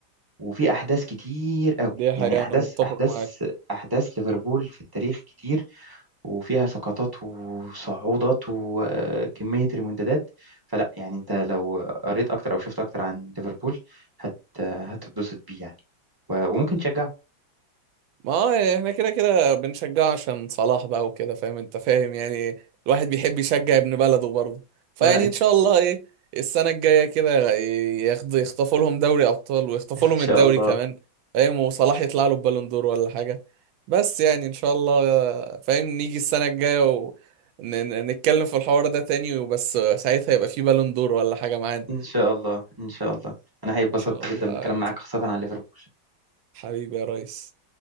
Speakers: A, on the right; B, on the right.
A: وفي أحداث كتير قوي
B: دي حقيقة
A: يعني أحداث
B: انا متفق
A: أحداث
B: معاك
A: أحداث ليفربول في التاريخ كتير وفيها سقطات وصعودات وكمية ريمونتادات فلا يعني انت لو قريت اكتر او شفت اكتر عن ليفربول هت هتتبسط بيه يعني و- وممكن تشجع
B: ما هو يعني احنا كده كده بنشجعه عشان صلاح بقى وكده فاهم انت فاهم يعني الواحد بيحب يشجع ابن بلده برضه فيعني
A: لا لا انت
B: ان شاء الله ايه السنة الجاية كده ياخد يخطفوا لهم دوري ابطال ويخطفوا
A: <laughs> ان
B: لهم
A: شاء
B: الدوري
A: الله
B: كمان فاهم وصلاح يطلع له بالون دور ولا حاجة بس يعني ان شاء الله فاهم نيجي السنة الجاية ونتكلم في الحوار ده تاني وبس ساعتها يبقى في بالون دور ولا حاجة معانا
A: ان شاء الله ان شاء الله انا هيتبسطت
B: ان شاء الله
A: جدا بالكلام معاك خاصة عن ليفربول
B: حبيبي يا ريس